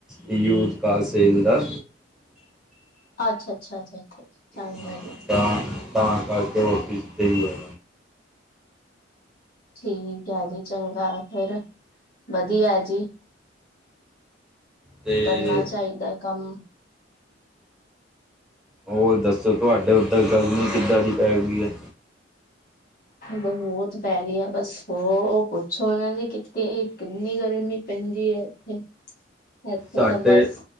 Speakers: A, in the centre; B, on the left.
A: ਯੂ ਤਸੀਲ ਦਾ
B: ਅੱਛਾ'ਅੱਛਾ-ਅੱਛਾ-ਅੱਛਾ
A: ਹਾਂ,
B: ਜੀ।
A: ਤਾਂ ਤਾਂ ਕਰਕੇ ਔਫਿਸ ਦੇ ਹੀ ਆ।
B: ਠੀਕ ਆ ਜੀ, ਚੰਗਾ, ਫੇਰ ਵਧੀਆ ਜੀ।
A: ਤੇ
B: ਕਰਨਾ ਚਾਹੀਦਾ ਕੰਮ।
A: ਉਹ ਦੱਸੋ, ਤੁਹਾਡੇ ਓਦਰ ਗੱਲ ਨੀ ਕਿੱਦਾਂ ਦੀ ਪੈ ਗਈ ਹੈ।
B: ਬਹੁਤ ਪੈ ਰਹੀ ਹੈ। ਬਸ ਉਹ ਪੁੱਛੋ ਉਹਨਾਂ ਦੀ ਕਿਤੇ ਕਿੰਨੀ ਗਰਮੀ ਪੈਂਦੀ ਹੈ। ਇੱਥੇ ਇੱਥੇ
A: ਸਾਡੇ
B: ਤਾਂ ਬਸ